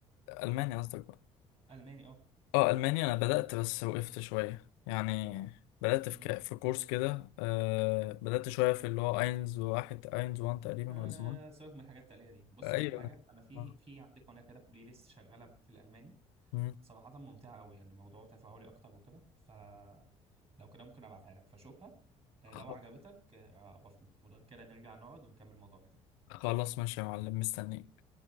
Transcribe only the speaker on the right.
ألماني أه
أمم.
آه
سيبك من الحاجات التقليدية دي بص
أقول
لك حاجة أنا في
في عندي قناة كده في بلاي ليست شغالة في الألماني
صراحة ممتعة أوي يعني موضوع تفاعلي أكتر وكده فلو كده ممكن أبعتها لك فشوفها آه، لو
عجبتك آه، عرفني وده كده نرجع نقعد ونكمل موضوعنا تاني